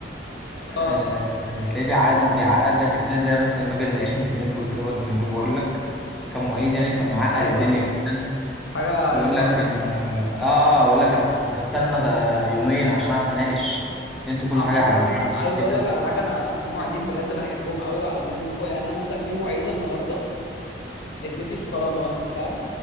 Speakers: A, in the centre; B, on the left (about 75°).
A: أه
B: اه
A: تلاقيه بيعقد بيعقد لك الدنيا زي مثلا الراجل ناقشني في النتورك ده برضه من يومين بقول لك كان معيد يعني كان معقد
B: ايوه
A: الدنيا
B: ايوه
A: جدا
B: حاجة
A: ويقول
B: رخمة
A: لك
B: قوي بصراحة
A: انا اه اه يقول لك انا كنت بستنى ده يومين عشان اعرف اناقش انتوا كل
B: عامة
A: حاجه على
B: انا
A: الجاهز
B: عايز
A: وكده
B: اقول لك على حاجة انا في معيدين بجد بحبهم قوي وعلى دماغي من فوق يعني انا مثلا في معيدة النهاردة ادتني شوكولاته مثلا فاهم